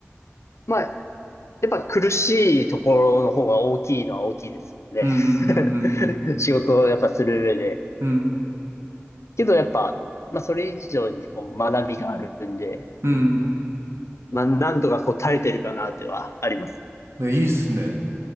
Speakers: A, on the left; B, on the right.
A: まあ、やっぱ苦しいところの方が大きいのは大きいですの
B: うんうんう
A: で
B: んうん
A: <laughs> 仕事をやっぱする上で。
B: うんうん。
A: けどやっぱ、まあそれ以上にこう学びがあるんで、
B: うん。
A: まあなんとかこう耐えてるかなってはあります。
B: いやいいっすね。